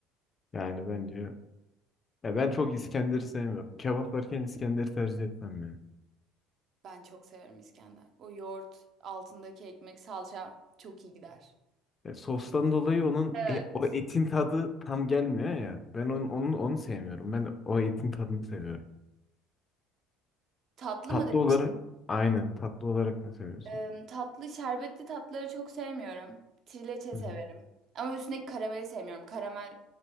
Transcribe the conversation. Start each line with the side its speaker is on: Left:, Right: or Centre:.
Left: Yani bence Ya ben çok İskender'i sevmiyorum. Kebap varken İskender'i tercih etmem yani.
Right: Ben çok severim İskender. O yoğurt, altındaki ekmek, salça çok iyi gider.
Left: Ya sostan dolayı onun
Right: Evet.
Left: e- o etin tadı tam gelmiyor ya. Ben onun, onu, onu sevmiyorum. Ben o etin tadını seviyorum.
Right: Tatlı
Left: Tatlı
Right: mı demiştin?
Left: olarak aynen tatlı olarak ne seviyorsun?
Right: Em, tatlı, şerbetli tatları çok sevmiyorum. Trileçe
Left: Hı
Right: severim.
Left: hı,
Right: Ama üstündeki karameli sevmiyorum. Karamel